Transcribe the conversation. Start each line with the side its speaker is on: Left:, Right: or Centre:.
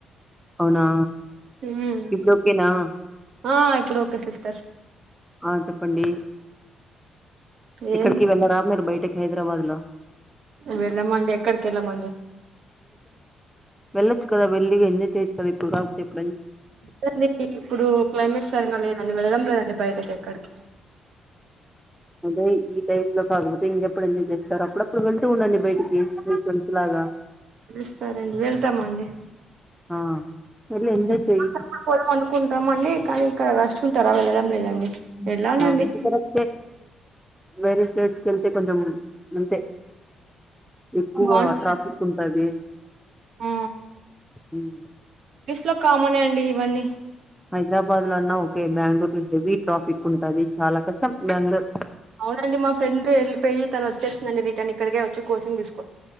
Centre: అవునా
Right: మ్
Centre: ఇప్పుడు ఓకేనా
Right: ఆ ఇప్పుడు ఓకే సిస్ట
Centre: ఆ చెప్పండి ఎక్కడికి
Right: ఏం
Centre: వెళ్లరాా మీరు బయటకి హైదరాబాద్ లో
Right: వెళ్ళమండి ఎక్కడికి వెళ్ళమండి
Centre: వెళ్లొచ్చు కదా వెళ్లి ఎంజాయ్ చేయొచ్చు కదా ఇప్పుడు కాకపోతే ఇంకెప్పుడు
Right: లేదండి ఇప్పుడు క్లైమేట్ సరంగా లేదని వెళ్ళడం లేదండి బయటకి ఎక్కడికి
Centre: అంటే ఈ టైమ్ లో కాకపోతే ఇంకెప్పుడు ఎంజాయ్ చేస్తారు అప్పుడప్పుడు వెళ్తూ ఉండండి బయటికి మీ ఫ్రెండ్స్ లాగా
Right: పిలుస్తారండి వెళ్తామండి
Centre: ఆ వెళ్ళి ఎంజాయ్
Right: పోదాం
Centre: చెయ్యి
Right: పోదాం అనుకుంటామ అండి కానీ ఇక్కడ రష్ ఉంటారా వెళ్ళడం లేదండి
Centre: <unintelligible>
Right: వెళ్ళాలండి
Centre: వెళ్తే కొంచెం అంతే ఎక్కువ
Right: బాగుంట
Centre: ట్రాఫిక్ ఉంటది
Right: ఆ
Centre: ఉమ్
Right: లిస్ట్ లో కామనే అండి ఇవన్నీ
Centre: హైదరాబాద్ లో అన్నా ఓకే బెంగళూరు హెవీ ట్రాఫిక్ ఉంటది చాలా కష్టం బెంగళూరు
Right: అవునండి మా ఫ్రెండ్ వెళ్ళిపోయి తను వచ్చేస్తుందండి. రిటన్ ఇక్కడికే వచ్చి కోచింగ్ తీస్